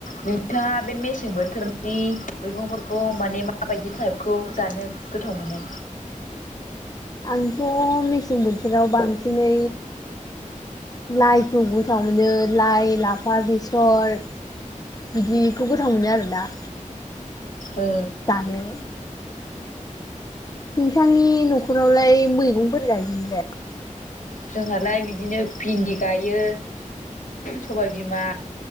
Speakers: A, on the left; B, on the left.
A: नोंथाङा बे मेसें बोथोरनि नि मैगंफोरखौ माने माबायदि टाइपखौ जानो गोथाव मोनो
B: आंथ' मेसें बोथोराव बांसिनै लाइखौ मोजां मोनो लाइ लाफा बेसर बिदिखौ गोथाव मोनो आरोना
A: ओ
B: जानो नोंथांनि न'खरावलाय मैगंफोर गाययोनो जाया
A: जोंहालाय बिदिनो भिन्दि गायो सबाय बिमा